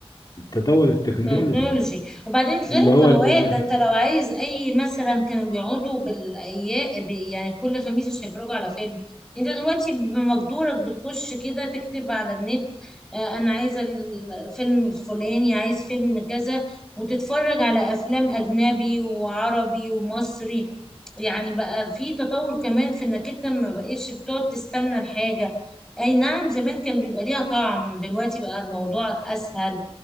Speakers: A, on the left; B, in the centre.
A: التطور التكنولوجي
B: تكنولوجي وبعدين غير
A: اللي
B: القنوات
A: هو اللي ده
B: ده انت لو عايز اي مثلا كانوا بيقعدوا بالايام ب- يعني كل خميس عشان يتفرجوا على فيلم انت دلوقتي بمقدورك بتخش كده تكتب على النت آه، انا عايزه ال- الفيلم الفلاني عايز فيلم كذا وتتفرج على افلام اجنبي وعربي ومصري يعني بقى في تطور كمان في انك انت ما بقتش بتقعد تستنى الحاجة اي نعم زمان كان بيبقى ليها طعم دلوقتي بقى الموضوع اسهل